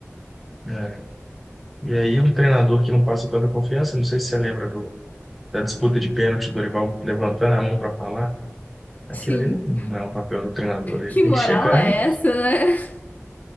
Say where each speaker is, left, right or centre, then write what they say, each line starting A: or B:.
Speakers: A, in the centre; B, on the left.
A: É. E aí um treinador que não passa toda a confiança, não sei se você lembra do, da disputa de pênalti do Dorival levantando a mão para falar, aquilo
B: <laughs> Sim.
A: ali não, não é um papel do treinador, ele
B: Que
A: tem
B: moral
A: que chegar,
B: é
A: e-
B: essa, né?